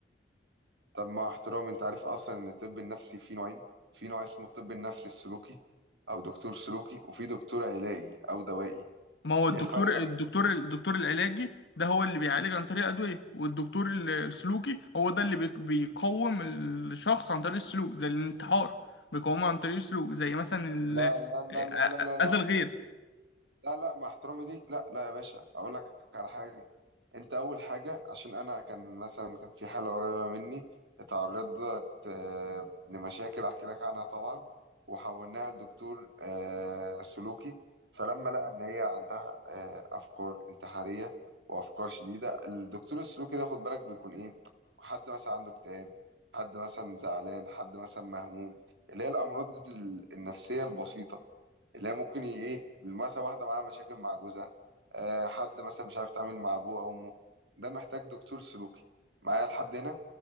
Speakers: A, on the right; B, on the left.
A: طب مع احترامي انت عارف اصلا ان الطب النفسي فيه نوعين في نوع اسمه الطب النفسي السلوكي او دكتور سلوكي وفي دكتور علاجي او دوائي
B: ما هو الدكتور
A: ايه الفرق ما
B: الدكتور
A: بينهم
B: الدكتور العلاجي ده هو اللي بيعالج عن طريق أدوية والدكتور ال- السلوكي هو ده اللي بيك- بيقوم الشخص عن طريق السلوك زي الانتحار بيقومه عن طريق السلوك زي مثلا ال-
A: لا لا لا
B: آ- آ-
A: لا لا لا لا.
B: أذى الغير
A: لا لا مع احترامي ليك لا لا يا باشا اقول لك على حاجه انت اول حاجه عشان انا كان مثلا كان في حاله قريبه مني اتعرضت آه، لمشاكل احكي لك عنها طبعا وحولناها لدكتور آه، سلوكي فلما لقى ان هي عندها آه، افكار انتحاريه وافكار شديده الدكتور السلوكي ده خد بالك بيكون ايه حد مثلا عنده اكتئاب حد مثلا زعلان حد مثلا مهموم اللي هي الامراض ال- النفسيه البسيطه اللي هي ممكن ي- ايه مثلا واحده معاها مشاكل مع جوزها آه حد مثلا مش عارف يتعامل مع ابوه او امه ده محتاج دكتور سلوكي معايا لحد هنا